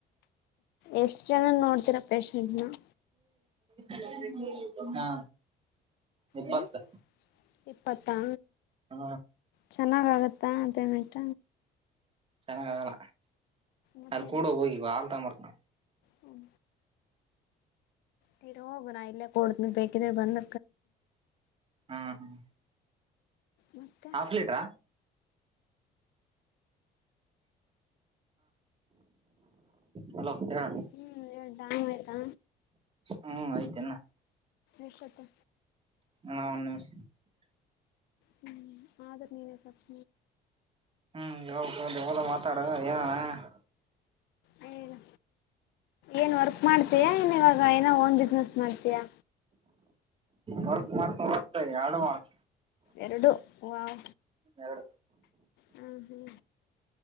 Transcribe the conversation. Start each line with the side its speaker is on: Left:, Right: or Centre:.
Left: ಎಷ್ಟ್ ಜನ ನೋಡ್ತೀರಾ ಪೇಶಷೆಂಟ್ ನ
Right: ಹಾದಿನಾ ಯಿಪ್ಪತ್ತು
Left: ಹ್ಮ್ ಇಪ್ಪತ್ತಾ
Right: ಹ
Left: ಚೆನ್ನಾಗಾಗತ್ತಾ ಪೇಮೆಂಟ
Right: ಚೆನ್ನಾಗ ಆಗಲ್ಲ
Left: ಮತ್ತೆ
Right: ಅಲ್ಲಿ ಕೂಡ ಹೋಗಿ ಆಲ್ಟಾಮರ್ ನ
Left: ಹ್ಮ ತರ್ ಹೋಗು ನಾ ಇಲ್ಲೇ ಕೊೂಡನ ಬೇಕಿದ್ರೆ ಬಂದ
Right: ಹ್ಮ ಹ
Left: ಮತ್ತೆ
Right: ಹಾಫ್ ಲೀಟ್ರಾ ಹಾಲೋ ಹೇಳ
Left: ಹ್ಮ್ ಇವಾಗ ಟೈಮ್ ಆಯ್ತಾ
Right: ಹ್ಮ್ ಆಯ್ತಲ್ಲ
Left: ಎಸ್ಟೋತೂ
Right: ಹ ಒ ನಿಮಷ
Left: ಹ್ಮ್ ಆದರ್ ನೀನ ಸಪ್
Right: ಹ್ಮ್ ಯಾವ ಯದ ಮಾತಾಡುವ ಏನಣ್ಣ <inaudible>
Left: ಹೇಳು ಏನ್ ವರ್ಕ್ ಮಾಡ್ತಯಾ ಏನ್ ಇವಾಗ ಏನೋ ಓನ್ ಬಿಸ್ನೆಸ್ ಮಾಡ್ತೀಯಾ
Right: ವಕ್ ಮಾಡ್ತ ಮತ್ತ ಎರಡು ಮಾಡ್ತ
Left: ಎರಡು ವಾವ್
Right: ಎರಡು
Left: ಹ ಹ್ಮ